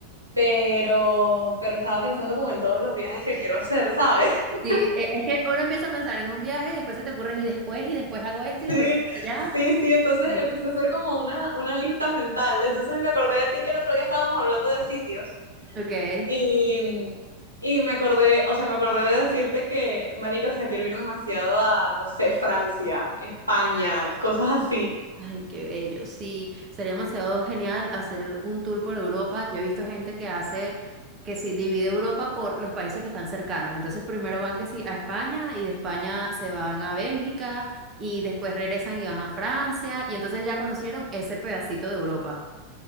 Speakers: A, on the right (about 85°); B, on the right (about 25°).
A: pero, pero estaba pensando como en todos los viajes que quiero hacer, ¿sabes? <laughs>
B: Sí, e- es que uno empieza a pensar en un viaje y después se te ocurren y después y después hago esto y
A: Sí,
B: después para
A: sí,
B: allá.
A: sí, entonces
B: Sí.
A: empecé a hacer como una, una lista mental. Entonces me acordé de ti que el otro día estábamos hablando de sitios
B: Ok.
A: y, y me acordé, o sea, me acordé de decirte que, marica, o sea, quiero ir demasiado a, no sé, Francia, España, cosas así.
B: Ay, qué bello. Sí, sería demasiado genial hacer un tour por Europa. Yo he visto gente que hace, que sí, divide Europa por los países que están cercanos. Entonces primero van que sí a España y de España se van a Bélgica y después regresan y van a Francia y entonces ya conocieron ese pedacito de Europa.